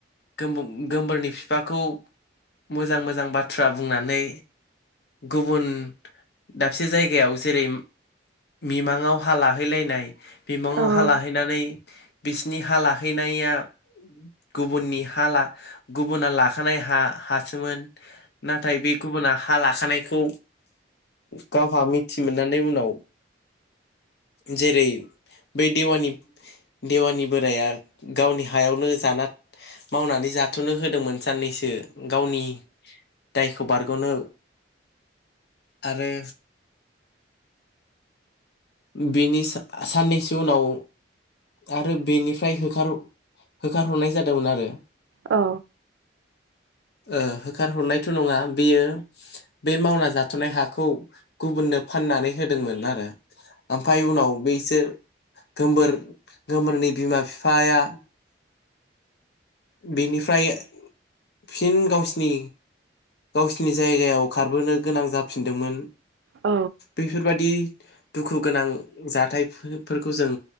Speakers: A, on the left (about 55°); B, on the right (about 75°).
A: गो गोमबोरनि बिफाखौ मोजां मोजां बाथ्रा बुंनानै गुबुन दाबसे जायगायाव जेरै मिमाङाव हा लाहैलायनाय मिमाङाव
B: औ
A: हा लाहैनानै बिसिनि हा लाहैनाया गुबुननि हा ला गुबुना लाखानाय हा हासोमोन। नाथाय बे गुबुना हा ला खानायखौ गावहा मिथि मोननानै उनाव जेरै बै देवानि देवानि बोराया गावनि हायावनो जाना मावनानै जाथ'नो होदोंमोन साननैसो गावनि दायखौ बारग'नो आरो बिनि साननैसो उनाव आरो बेनिफ्राय होखार होखारहरनाय जादोंमोन आरो।
B: औ
A: ओ होखारहरनायथ' नङा बेयो बे मावना जाथ'नाय हाखौ गुबुननो फाननानै होदोंमोन आरो ओमफ्राय उनाव बैसोर गोबोर गोमबोरनि बिमा बिफाया बिनिफ्राय फिन गावसिनि गावसिनि जायगायाव खारबोनो गोनां जाफिनदोंमोन।
B: औ
A: बेफोरबादि दुखु गोनां जाथायफोरखौ जों